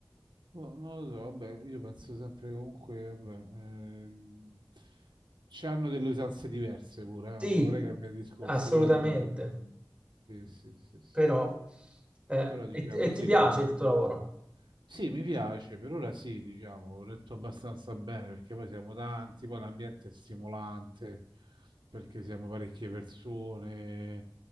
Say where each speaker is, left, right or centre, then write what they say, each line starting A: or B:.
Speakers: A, on the right (about 80°); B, on the right (about 15°).
A: Boh, non lo so, vabbè, io penso sempre che comunque, vabbè, ehm, c'hanno delle usanze diverse pure, eh,
B: Sì,
A: Non vorrei cambiare discorso,
B: assolutamente,
A: però diciamo, sì, sì, sì, sì.
B: però eh,
A: Però diciamo
B: e, e ti
A: sì,
B: piace
A: c'hanno i
B: il
A: periodi
B: tuo lavoro?
A: loro. Sì, mi piace, per ora sì, diciamo, ho letto abbastanza bene perché poi siamo tanti, poi l'ambiente è stimolante perché siamo parecchie persone,